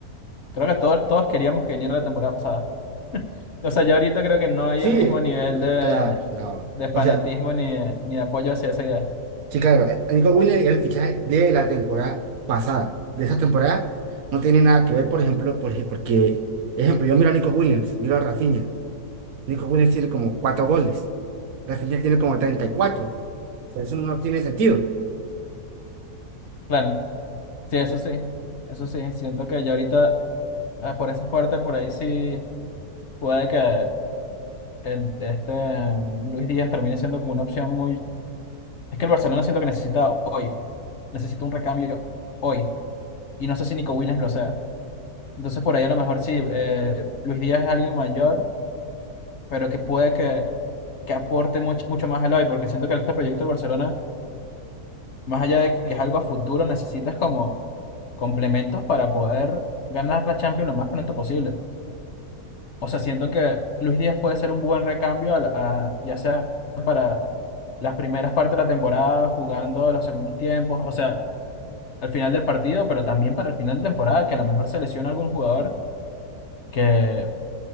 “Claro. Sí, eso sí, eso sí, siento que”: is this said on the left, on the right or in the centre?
Left